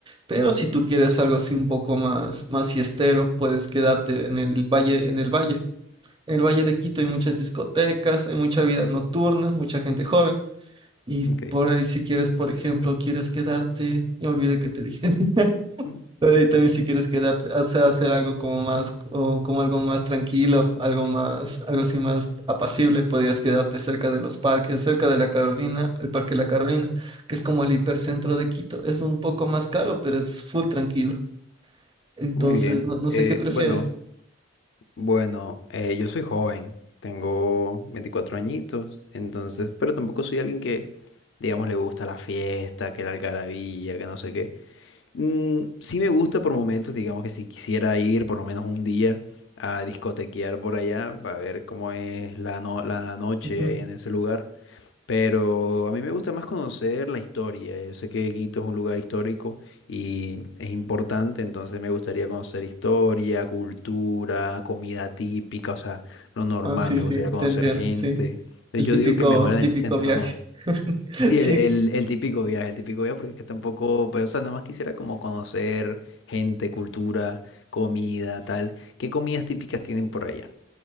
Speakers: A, on the right; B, on the left.
A: Pero si tú quieres algo así un poco más, más fiestero, puedes quedarte en el valle, en el valle. En el Valle de Quito hay muchas discotecas, hay mucha vida nocturna, mucha gente joven. Y
B: Ok,
A: por ahí si quieres, por ejemplo, quieres quedarte, ya olvidé que te dije. <laughs>
B: mm,
A: Pero ahí también si quieres quedarte, o sea, hacer algo como más, o como algo más tranquilo, algo más, algo así más apacible, podrías quedarte cerca de los parques, cerca de la Carolina, el Parque La Carolina, que es como el hipercentro de Quito. Es un poco más caro, pero es full tranquilo. Entonces,
B: muy bien.
A: no, no sé
B: Eh,
A: qué prefieres.
B: bueno, bueno, eh, yo soy joven, tengo 24 añitos, entonces, pero tampoco soy alguien que, digamos, le gusta la fiesta, que la algarabía, que no sé qué. Mm, sí me gusta por momentos, digamos que si quisiera ir por lo menos un día a discotequear por allá para ver cómo es la, no- la noche
A: <laughs>
B: ahí en ese lugar. Pero a mí me gusta más conocer la historia. Yo sé que Quito es un lugar histórico y es importante, entonces me gustaría conocer historia, cultura, comida típica, o sea, lo normal,
A: Ah, sí,
B: me
A: sí,
B: gustaría conocer
A: te entiendo,
B: gente.
A: sí.
B: Entonces
A: El
B: yo
A: típico,
B: digo que mejor
A: el
B: en
A: típico
B: el centro,
A: viaje.
B: ¿no?
A: <laughs>
B: Sí,
A: Sí,
B: el, el, el típico viaje, el típico viaje, porque es que tampoco, pues, o sea, nada más quisiera como conocer gente, cultura, comida, tal. ¿Qué comidas típicas tienen por allá?